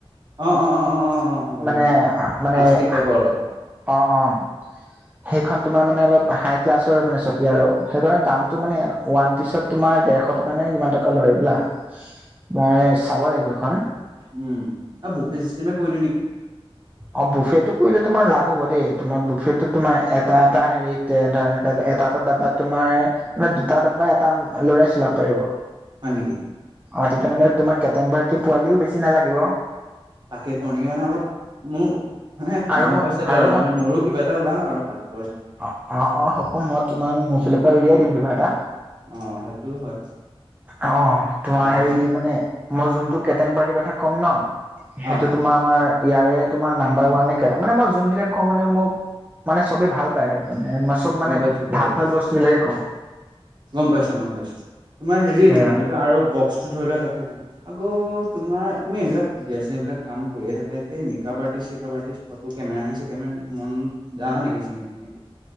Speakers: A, on the right; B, on the right.
A: অ অ অ অ অ অ গম
B: মানে,
A: পাইছো গম পাইছো
B: মানে,
A: প্লাষ্টিক টাইপৰ
B: আ'
A: অলপ
B: অঁহ', -অঁহ',। সেইখন তোমাৰ মানে অলপ হাই ক্লাছৰ মানে চকী আৰু, সেইবিলাক দামটো মানে ওৱান পিচত- তোমাৰ দেৰশ টকা নে কিমান টকা লয় বোলে মই চাব লাগিব সেইখন।
A: উমঁ, এই বুফে চিষ্টেমত কৰি দিওঁ নেকি।
B: অঁ', -বুফেটো কৰিলে তোমাৰ লাভ হ'ব দেই, তোমাৰ বুফে তোমাৰ এটা-এটা হেৰিত এ' ধৰ এটা-এটা ডাবাত তোমাৰ মানে দুটা ডাবা এটা ল'ৰাই চিলাব পাৰিব।
A: হয় নেকি!
B: অ, তেতিয়া মানে তোমাৰ, কেটাৰিং পাৰ্টি পোৱালিও বেছি নালাগিব।
A: তাকে কৰো নেকি মানে অলপ, মোৰ মানে
B: আৰু
A: গম
B: মই
A: পাইছাটো আৰু,
B: মই
A: মানে মোৰো কিবা এটা ওলাম আৰু হাতত।
B: অ, অ, অ, হ'ব, মই তোমাক মোৰ ফালৰ পৰাই উলিয়াই দিম কিবা এটা।
A: অ সেইটো হয়
B: অ, তোমাৰ
A: আহ
B: হেৰি মানে মই যোনটো কেটাৰিং পাৰ্টিৰ কথা ক'ম ন, সেইটো
A: অ
B: তোমাৰ আমাৰ ইয়াৰে তোমাৰ নাম্বাৰ ওৱানে কে, মানে মই যোনবিলাক কওঁ মানে মোক মানে চবেই ভাল পায় আৰু, মানে চব মানে
A: গম পাইছো গম
B: ভাল-ভাল
A: পাইছো
B: বস্তু বিলাকে কওঁ।
A: গম পাইছো, গম পাইছো। তোমাৰ হেৰি
B: সেয়া
A: এইটো কি বুলি কয়, আৰু বক্সটো ধৰি লোৱা তাত থাক আকৌ তোমাৰ, তুমি এইবিলাক বিয়া-চিয়া এইবিলাক কাম কৰিয়েই থাকা যেতিয়া, মেকআপ আৰ্টিষ্ট-চেকাবআৰ্টিষ্ট, ফটো কেমেৰামেন-চেকেৰামেন মন জানা নেকি, চিনাকি-তিনাকি।